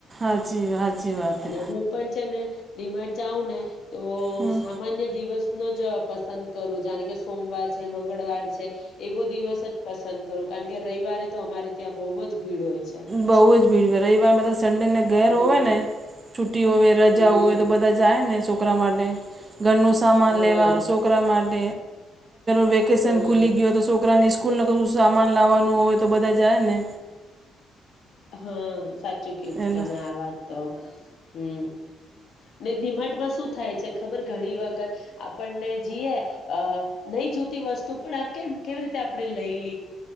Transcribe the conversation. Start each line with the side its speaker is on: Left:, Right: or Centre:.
Right: <inaudible>
Left: અને
Right: હે
Left: હું પણ છે ને ડીમાટ જાઉ ને તો
Right: હમ
Left: સામાન્ય દિવસ નો જ પસંદ કરું જાણ કે સોમવાર છે મંગળવાર છે એવો દિવસ જ પસંદ કરું કારણ કે રવિવારે તો અમારે ત્યાં બહુ જ ભીડ હોય છે
Right: બહુ જ ભીડ રવિવાર બધા સંડે ને ઘર
Left: હમ
Right: હોય ને છુટી હોય રજા
Left: હમ
Right: હોય તો બધા થાય ને છોકરા માટે ઘરનું સામાન
Left: હા
Right: લેવા છોકરામાં <inaudible> વેકેશન
Left: હા
Right: ખુલી ગયો હતો છોકરાને સ્કૂલને સામાન લાવવાનું હોય તો બધા જાય ને
Left: હા સાચ ચું કીધું
Right: એના
Left: તમે આ વાત તો હમ ને દિમાટમાં શું થાય છે ખબર ઘણી વખત આપણને જઈએ અ નહી જોતી વસ્તુ પણ આપ કેમ કેવી રીતે આપણે લઈ લ